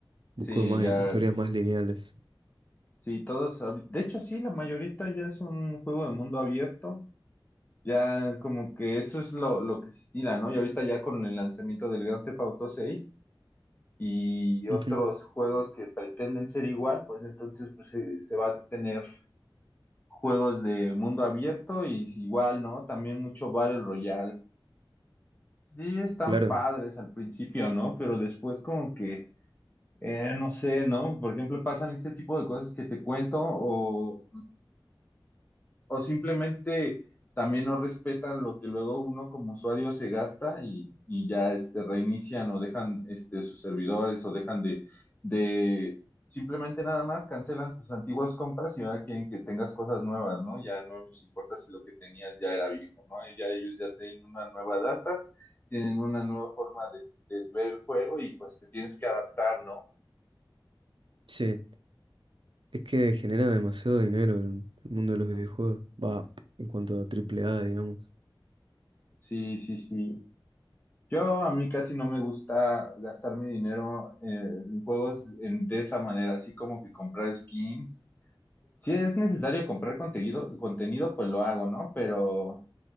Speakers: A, on the left; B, on the right.
A: Sí,
B: Busco más
A: ya,
B: historias más lineales.
A: sí, todos, ahorita- de hecho sí, la mayorita ya es un juego de mundo abierto. Ya como que eso es lo, lo que se estila, ¿no? Y ahorita ya con el lanzamiento del Grand Theft Auto 6 y otros
B: Ujú,
A: juegos que pretenden ser igual, pues entonces pues, se, se va a tener juegos de mundo abierto y igual, ¿no? También mucho Battle Royale. Sí, están
B: Claro,
A: padres al principio, ¿no? Pero después como que, eh, no sé, ¿no? Por ejemplo, pasan este tipo de cosas que te cuento o o simplemente también no respetan lo que luego uno como usuario se gasta y, y ya este, reinician o dejan este, sus servidores o dejan de, de simplemente nada más cancelan tus antiguas compras y ahora quieren que tengas cosas nuevas, ¿no? Ya no les importa si lo que tenías ya era viejo, ¿no? Ya ellos ya tienen una nueva data, tienen una nueva forma de, de ver el juego y pues te tienes que adaptar, ¿no?
B: sí, es que genera demasiado dinero el, el mundo de los videojuegos. Va, en cuanto a AAA, digamos.
A: Sí, sí, sí. Yo a mí casi no me gusta gastar mi dinero eh, en juegos en- de esa manera, así como que comprar skins. Si es necesario comprar contenido, contenido, pues lo hago, ¿no? Pero